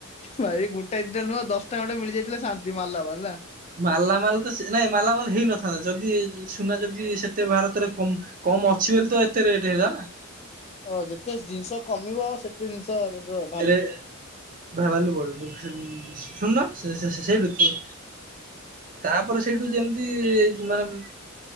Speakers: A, on the left (about 30°); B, on the right (about 40°).
A: ଭାଇ ଗୋଟା ଦିଟା ନୁହଁ ଦଶଟାଖଣ୍ଡେ ମିଳିଯାଇଥିଲେ ଶାନ୍ତି ମାଲାମାଲ୍ ନା?
B: ମାଲାମାଲ ତ ସେ ନାଇଁ ମାଲାମାଲ ହେଇନଥାନ୍ତା। ଯଦି ସୁନା ଯଦି ସେତେ ଭାରତରେ କମ କମ୍ ଅଛି ବୋଲି ତ ଏତେ ରେଟ୍ ହେଲା ନା
A: ଅ ଯେତେ ଜିନିଷ କମିବ ସେତେ ଜିନିଷ ର୍
B: ରେ ଭାଲୁ ବଡ ଶୁନୁଣ ସେ ସେ ସେ ସେଇଠୁୁ ତାପରେ ସେଇଠୁ ଯେମିତି ମାନେ